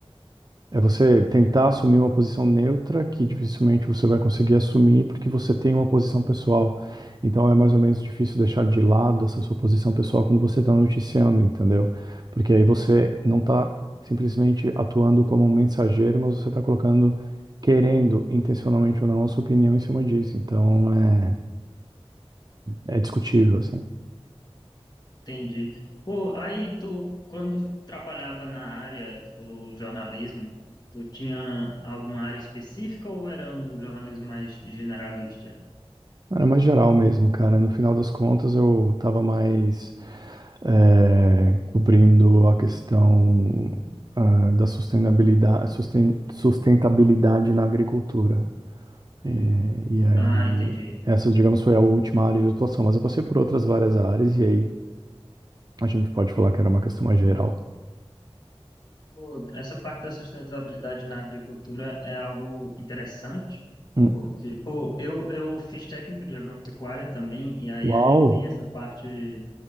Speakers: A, on the right; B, on the left.
A: É, é você tentar assumir uma posição neutra que dificilmente você vai conseguir assumir porque você tem uma posição pessoal. Então é mais ou menos difícil deixar de lado essa sua posição pessoal quando você está noticiando, entendeu? Porque aí você não está simplesmente atuando como um mensageiro, mas você está colocando, querendo, intencionalmente ou não, a sua opinião em cima disso. Então é, é, é discutível, assim.
B: Entendi. Pô, aí tu, quando trabalhava na área do jornalismo, tu tinha alguma área específica ou era um jornalismo mais generalista?
A: Era mais geral mesmo, cara. No final das contas, eu tava mais eh, cobrindo a questão ah, da sustentabilidade, susten- sustentabilidade na agricultura. Eh, E, aí,
B: Ah, entendi.
A: essa, digamos, foi a última área de atuação, mas eu passei por outras várias áreas, e aí a gente pode falar que era uma questão mais geral.
B: Pô, essa parte da sustentabilidade na agricultura é algo interessante,
A: Hum.
B: porque, pô, eu, eu fiz técnico de agropecuária também, e aí
A: Uau!
B: a gente tem essa parte,